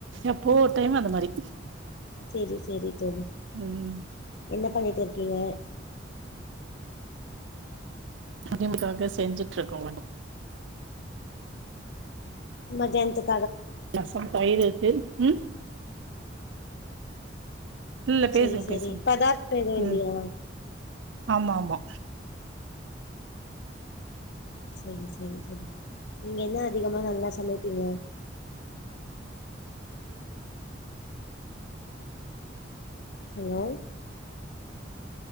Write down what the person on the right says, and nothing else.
எப்போ
ஒரு டைம் அந்த மாரி
ம்
உடிமிக்காக செஞ்சுட்டுருக்கோ
நசம் பயிரு <unintelligible> ம் இல்ல
பேசுங்க
பேசுங்க
ம் ஆமா ஆமா